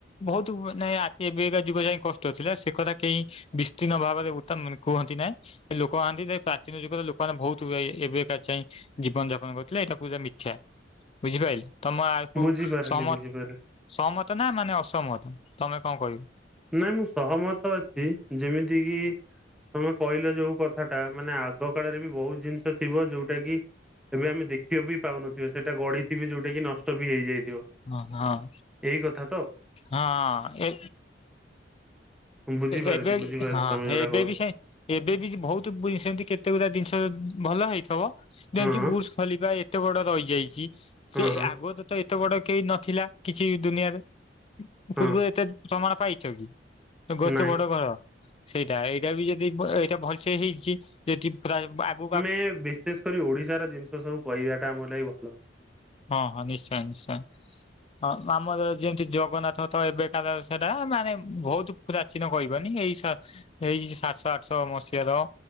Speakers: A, on the left; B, in the centre.
A: ବହୁତ ମାନେ ଆ ଏବେକା ଯୁଗ ଯାଇ କଷ୍ଟଥିଲା ସେ କଥା କେହି ବିସ୍ତୀର୍ଣ ଭାବରେ ଗୋଟେ କୁହନ୍ତି ନାଁ ଲୋକ ମାନତି ପ୍ରାଚୀନ ଯୁଗରେ ଲୋକମାନେ ବହୁତ ହୁଏ ଏବେକା ଚାହେଁ ଜୀବନ ଯାପନ କରୁଥିଲେ ଏଇଟା ପୂଜା ମିଥ୍ୟା ବୁଝିପାଇଲେ ତମ ଆକୁ
B: ବୁଝିପାରିଲି
A: ସହମତ
B: ବୁଝିପାରିଲି
A: ସହମତ ନା ଅସହମତ ତମେ କଣ କହିବ?
B: ନାଇଁ ମୁଁ ସହମତ ଅଛି ଯେମିତି କିି ତମେ କହିଲ ଯୋଉ କଥାଟା ମାନେ ଆଗ କାଳରେ ବି ବହୁତ ଜିନିଷ ଥିବ ଯୋଉଟା କି ଏବେ ଆମେ ଦେଖିବା ବି ପାଉନଥିବ ସେଇଟା ଗଢିଥିବେ ଯୋଉଟା କି ନଷ୍ଟ ବି ହେଇଯାଇଥିବ।
A: ହଁ ହଁ।
B: ଏଇ କଥା ତ।
A: ହଁ- ଏ
B: ବୁଝିପାରୁଛି
A: ଏବେ
B: ବୁଝିପାରୁଛି
A: ହଁ
B: ତମେ ଯୋଉଟା
A: ଏବେ
B: କହୁଛ
A: ବି ସେ ଏବେ ବି ବହୁତ୍ ସେମିତି କେତେ ଗୁରା ଜିନିଷ ଭଲ ହେଇଥିବ ଯେମିତି
B: ହଁ
A: ବୁଶ୍ ଖଲିବା ଏତେ ବଡ ରହିଯାଇଚି
B: ହଁ
A: ସେ
B: ହଁ
A: ଆଗ ତ- ତ ଏତେ ବଡ କେହି ନଥିଲା କିଛି ଦୁନିଆରେ।
B: ହଁ
A: ପୂର୍ବରୁ ଏତେ ସମ୍ମାନ ପାଇଚ କି <unintelligible>
B: ନାଇଁ
A: ବଡ ଘର। ସେଇଟା ଏଇଟା ବି ଯଦି ବ-ଏଇଟା ଭଲ୍ ସେ ହେଇଚି ଯଦି ରା- ଆଗକୁ ଆଗକୁ
B: ଏ-ବିଶେଷ୍ ବିଶେଷ କରି ଓଡିଶାର ଜିନିଷ ସବୁ କହିବାଟା ଆମ ଲାଗି ଭଲ ହବ।
A: ହଁ- ହଁ ନିଶ୍ଚୟ- ନିଶ୍ଚୟ। ହଁ- ଆମର ଯେମିତି ଜଗନ୍ନାଥ ତ ଏବେକାର ସେଟା ମାନେ ବହୁତ୍ ପ୍ରାଚୀନ କହିବ ନି ଏଇ ସାତ୍ -ଏଇ ସାତଶ ଆଠଶ ମସିହାର